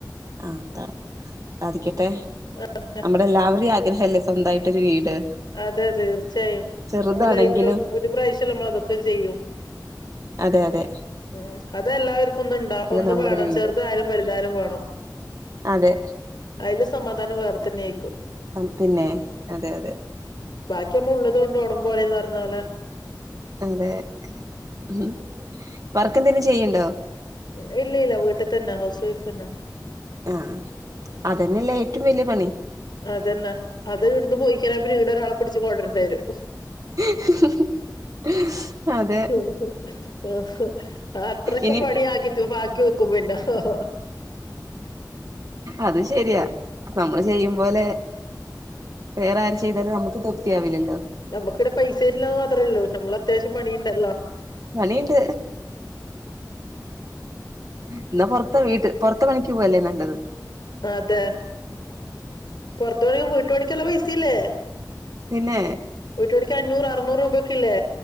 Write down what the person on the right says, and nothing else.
ആ താ സാധിക്കട്ടെ.
നമ്മുടെ എല്ലാവരെയും ആഗ്രഹല്ലേ സ്വന്തയിട്ടോരു വീട്.
ചെറുതാണെങ്കിലും
അതെഅതെ
നമ്മുടെ
ഒരു വീട്
അതെ
ആം പിന്നെ അതെഅതെ
അതെ ഉം വർക്ക് എന്തേലും ചെയ്യ്ണ്ടോ?
ആഹ് അതന്നെല്ലെ ഏറ്റുംവലിയ പണി.
<inaudible> അതെ
ഇനി
അത് ശരിയാ നമ്മള് ചെയ്യും പോലെ. വേറെ ആര് ചെയ്താലും നമക്ക് തൃപ്തിയാവില്ലല്ലോ.
പണിണ്ട് എന്നാ പോർ- വീട്ട് പോർത്ത പണിക്ക് പോവല്ലേ നല്ലത്.
പിന്നെ